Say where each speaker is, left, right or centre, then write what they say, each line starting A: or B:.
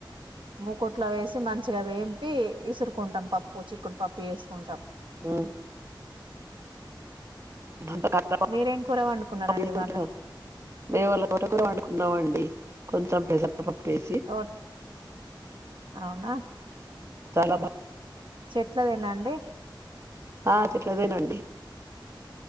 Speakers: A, on the right (about 75°); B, on the right (about 35°).
A: మూకుట్లా వేసి మంచిగా వేంపి ఇసురుకుంటాం పప్పు చిక్కుడు పప్పు వేసుకుంటాం
B: ఉమ్ <unintelligible>
A: మీరేం కూర వండుకున్నారండి ఇవాళ
B: మేము వాళ్ళ తోటకూర వండుకున్నామండి కొంచెం పెసర పప్పేసి
A: తో అవునా
B: చాల బా
A: చెట్లదేనా అండి
B: ఆ చెట్లదేనండి